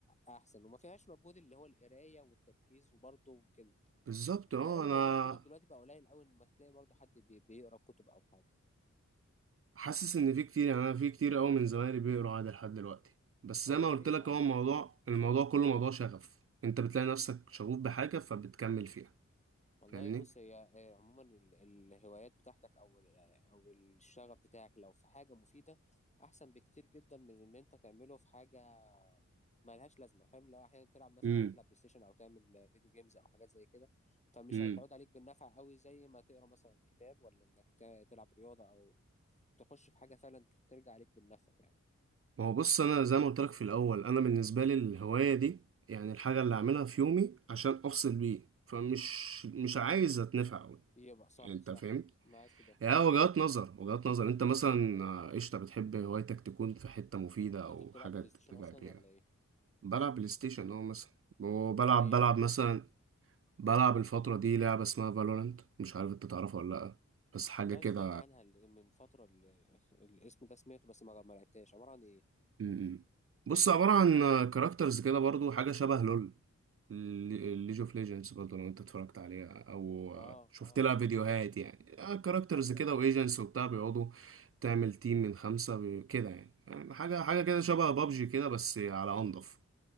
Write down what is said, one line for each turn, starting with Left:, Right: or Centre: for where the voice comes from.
Left: احسن وما فيهاش مجهود اللي هو القراية والتركيز وبرضه كده
Right: بالظبط اه
Left: متهيألي
Right: انا
Left: موضوع الكتب دلوقتي بقى قليل قوي لما تلاقي برضه حد بي- بيقرا كتب او حاجة
Right: حاسس ان في كتير يعني انا في كتير قوي من زمايلي بيقروا عادي لحد دلوقتي بس
Left: والله
Right: زي ما قلت لك
Left: عن
Right: هو الموضوع الموضوع كله موضوع شغف انت بتلاقي نفسك شغوف بحاجه فبتكمل فيها
Left: والله
Right: فاهمني
Left: بص هي آه، عموما ال- الهوايات بتاعتك او ال- او الشغف بتاعك لو في حاجه مفيده احسن بكتير جدا من ان انت تعمله في حاجه ملهاش لازمه فاهم لو احيانا تلعب مثلا
Right: امم
Left: تروح تلعب بلاي ستيشن او تعمل آه، فيديو جيمز او حاجات زي كده فمش
Right: امم.
Left: هتعود عليك بالنفع قوي زي ما تقرا مثلا كتاب ولا انك ت- تلعب رياضه او تخش في حاجه فعلا ترجع عليك بالنفع يعني
Right: ما هو بص انا زي ما قلت لك في الاول انا بالنسبه لي الهوايه دي يعني الحاجه اللي اعملها في يومي عشان افصل بيه فمش مش عايز اتنفع قوي
Left: يبقى صح
Right: انت
Left: صح
Right: فاهم
Left: معاك في ده
Right: يعني وجهات نظر وجهات نظر انت مثلا آه، قشطه بتحب هوايتك تكون في حته مفيده او
Left: انت بتلعب
Right: حاجه
Left: بلاي ستيشن
Right: تبقى
Left: اصلا
Right: بيها
Left: ولا ايه
Right: بلعب بلاي ستيشن اه مثلا وبلعب
Left: ايه
Right: بلعب مثلا بلعب الفتره دي لعبه اسمها فالورانت مش عارف انت تعرفها ولا لا بس حاجه
Left: والله
Right: كده
Left: سمعت عنها ال- من فترة ال- الاسم ده سمعته بس ما ما لعبتهاش عبارة عن ايه
Right: م- م. بص عباره عن كاركترز كده برضو حاجه شبه لول ليج اوف ليجندز برضه لو انت اتفرجت عليها او
Left: اه
Right: شفت
Left: اه
Right: لها
Left: عارفها
Right: فيديوهات يعني كاركترز
Left: ايوه
Right: كده
Left: ايوه
Right: وايجنتس وبتاع بيقعدوا تعمل تيم من خمسة بي- كده يعني يعني حاجة حاجة كده شبه بابجي كده بس على أنضف